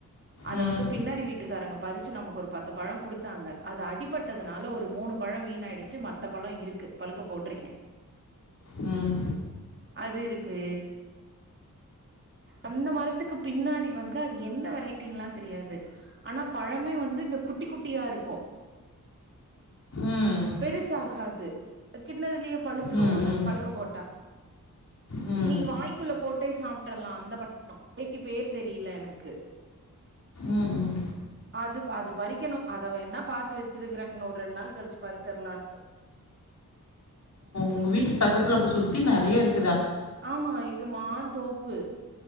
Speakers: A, on the right; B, on the left.
A: அத
B: ம்
A: வந்து பின்னாடி வீட்டுக்காரங்க பறிச்சு நமக்கொரு பத்து பழோ குடுத்தாங்க அது அடிப்பட்டதனால ஒரு மூணு பழோ வீணாய்டிச்சு மத்த பழோ இருக் கு பழுக்க போட்ருக்கே
B: ம்
A: அது இருக்கு அந்த மரத்துக்கு பின்னாடி வந்து அது என்ன வெரைட்டீன்ல்லா தெரியாது ஆனா பழமே வந்து இந்த குட்டி குட்டியாருக்கோ
B: ம்
A: பெருசாகாது சின்னதுலியே பழுத்துரு
B: ம்
A: அது
B: ம்
A: பழுக்க போட்டா
B: ம்
A: நீ வாய்க்குள்ள போட்டே சாப்ட்ரல்லா அந்த ப வெரைட்டி பேரு தெரியில எனக்கு
B: ம் ம்
A: அது ப அது பறிக்கெணு அதவேனா பாத்து வெச்சிருக்குறே இன்னொ ஒர் ரெண் நாள் கழிச்சு பறிச்சற்லான்ட்டு
B: உங்க வீட்டு பக்கத்துல அப்ப சுத்தி நெறையருக்
A: ஆமா இது மாந்தோப்பு